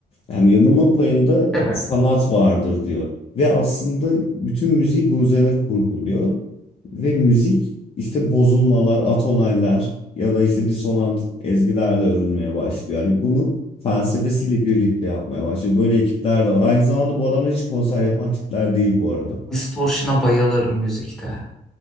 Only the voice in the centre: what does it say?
Evet.
Distortion'a bayılırım müzikte.